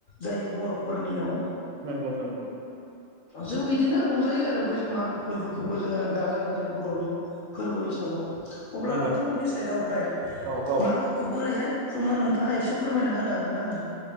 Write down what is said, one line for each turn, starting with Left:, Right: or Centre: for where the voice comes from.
Left: जायो बर'फोरनियाव
Right: नंगौ नोंथां नंगौ
Left: जों बिदिनो रंजायो आरो बै मागो फोरबोखौबो जोङो गाजा गोमजायै बर'नि फोरबो हिसाबाव अब्ला
Right: नंगौ
Left: नोंथांमोननि
Right: नोंथां
Left: साइडआवहाय
Right: औ औ
Left: मा ओरैहाय खुङो नोंथाङा एसे फोरमायना होनो हागोन ना आंनो